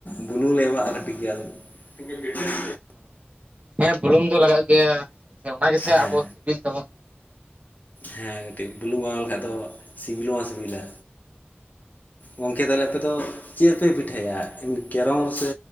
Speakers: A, on the left; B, on the right.
A: ᱵᱩᱞᱩᱝ ᱞᱮ ᱮᱢᱟᱜ <unintelligible>
B: ᱦᱩᱸ ᱦᱮᱸ ᱵᱩᱞᱩᱝ ᱫᱚ ᱞᱟᱜᱟᱜ ᱜᱮᱭᱟ ᱚᱱᱟ ᱜᱮᱥᱮ
A: ᱦᱮᱸ
B: ᱟᱵᱚ ᱥᱤᱵᱤᱞ ᱛᱟᱵᱚᱱ ᱾
A: ᱦᱮᱸ ᱠᱟᱹᱴᱤᱡ ᱵᱩᱞᱩᱝ ᱵᱟᱝ ᱮᱢ ᱞᱮᱠᱷᱟᱡ ᱫᱚ ᱥᱤᱵᱤᱞ ᱦᱚᱸ ᱵᱟᱝ ᱥᱤᱵᱤᱞᱟ᱾ ᱜᱚᱝᱠᱮ ᱛᱟᱞᱮ ᱟᱯᱮᱫᱚ ᱪᱮᱜ ᱯᱮ ᱯᱤᱴᱷᱟᱹᱭᱟ? <unintelligible> ᱠᱮᱨᱚᱢ ᱥᱮ